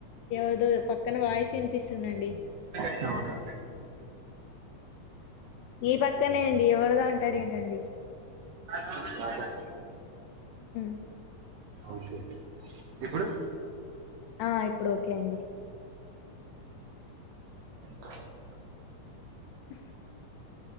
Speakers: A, on the left; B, on the right.
A: ఎవరి పక్కన వాయిస్ వినిపిస్తుందండి
B: అత్తవుగా
A: ఈ పక్కనే అండి ఎవరిదొ అంటారు ఏంటండి
B: అ చెప్పు
A: హ్మ్మ్
B: ఓకే ఇప్పుడు
A: ఆ ఇప్పుడు ఓకే అండి
B: అ
A: ఆ